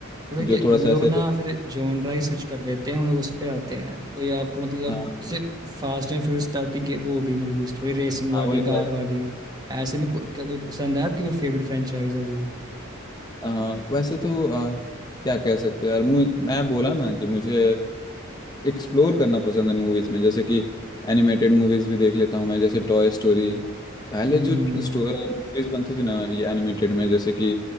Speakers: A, on the right; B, on the left.
A: तो फिर के-
B: जो थोड़ा
A: हम
B: सा
A: लोग
B: ऐसे
A: ना फिर जॉनरा ही स्विच कर देते हैं हम लोग उस पे आते हैं कोई आपको मतलब
B: हाँ
A: सिर्फ फास्ट एंड फ्यूरियस टाइप की गे- वो हो गई मूवीज थोड़ी रेसिंग
B: हाँ
A: वाली
B: वही
A: कार वाली ऐसे में को- क्या कोई पसंद है आपकी कोई फेवरेट फ्रेंचाइज अभी
B: आ, वैसे तो आ, क्या कह सकते हैं यार मु- मैं बोला ना कि मुझे एक्सप्लोर करना पसंद है मूवीज में जैसे कि एनिमेटेड मूवीज भी देख लेता हूँ मैं जैसे टॉय स्टोरी पहले
A: हम्म
B: जो
A: हम्म।
B: मूवीज बनती थी ना ये एनिमेटेड में जैसे कि